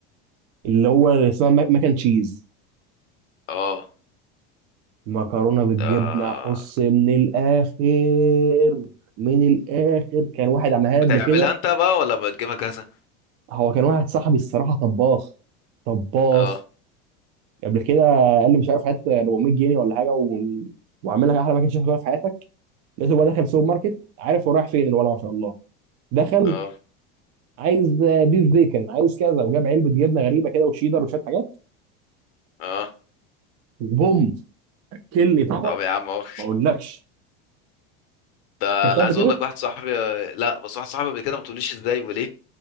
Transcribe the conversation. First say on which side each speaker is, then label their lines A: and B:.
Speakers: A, on the right; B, on the left.
A: اللي هو اللي اسمها ماك ماك اند تشيز
B: اه
A: مكرونه بالجبنه
B: آه.
A: احس من الاخر من الاخر كان واحد عملها قبل
B: بتعملها
A: كده
B: انت بقى ولا بتجيبها جاهزة
A: هو كان واحد صاحبي الصراحه طباخ طباخ
B: اه
A: قبل كده قال لي مش عارف هات 400 جنيه ولا حاجه و... واعمل لك احلى باكج تاكلها في حياتك لقيته بقى دخل سوبر ماركت عارف هو رايح فين الولع ما شاء الله دخل
B: اه
A: عايز آه، بيف بيكن عايز كذا وجاب علبه جبنه غريبه كده وشيدر وشويه حاجات
B: اه
A: وبوم اكلني طبق
B: طب يا عم اهو <laughs>
A: ما اقولكش
B: ده
A: اكلتها
B: انا
A: قبل
B: عايز
A: كده
B: اقول لك واحد صاحبي لا بس واحد صاحبي قبل كده ما تقوليش ازاي وليه